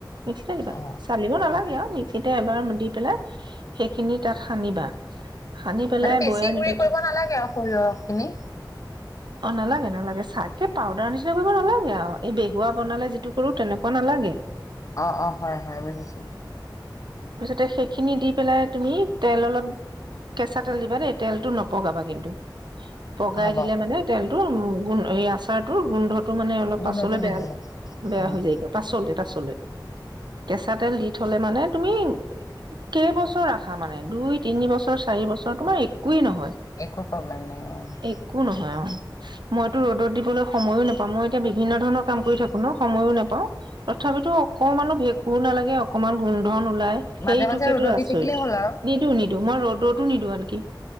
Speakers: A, on the right (about 70°); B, on the left (about 45°).
A: মিক্সিতে দিবা
B: অ
A: চালিব নালাগে
B: অ
A: আৰু মিক্সিত। তে এবাৰ দি পেলাই সেইখিনি তাত সানিবা। সানি পেলাই
B: মানে বেছি
A: বৈয়াম
B: গুৰি
A: এটাত
B: কৰিব নালাগে আৰু। সৰিয়হ খিনি
A: অ' নালাগে, নালাগে <unintelligible> পাউদাৰ নিচিনা কৰিব নালাগে আৰু এই বেহুৱা বনালে যিটো কৰো তেনেকুৱা নালাগে।
B: অ', অ', হয় হয় বুজিছোঁ।
A: তে সেইখিনি দি পেলাই তুমি তেল অলপ কেঁচা তেল দিবা দেই, তেলটো নপ পগাবা কিন্তু। পগাই
B: হ'ব
A: দিলে মানে তেলটো উম, গোন এই আচাৰটোৰ গোন্ধত টো মানে অলপ
B: গোন্ধটো
A: পাছলে বেয়া,
B: বুজিছো
A: বেয়া
B: উম
A: হৈ যায়গে পাছলে। <unintelligible> চলে কেঁচা তেল দি থলে মানে তুমি, কেইবছৰ ৰাখা মানে দুই, তিনি বছৰ, চাৰি বছৰ তোমাৰ একোৱে নহয়।
B: একো প্ৰব্লেম নাই, অ'।
A: একো নহয় অ মইতো ৰ'দত দিবলৈ সময়ো নাপাওঁ মই এতিয়া বিভিন্ন ধৰণৰ কাম কৰি থাকো ন' সময়ো নাপাওঁ। তথাপিতো অকমান <inaudible> একো নালাগে অকনমান গোন্ধ <unintelligible> ওলাই সেইটোকেতো
B: মাজে মাজে ৰ'দত
A: আচৰিত,
B: দি থাকিলেই হ'ল আৰু
A: নিদো নিদো মই ৰ'দত <unintelligible> নিদো আনকি।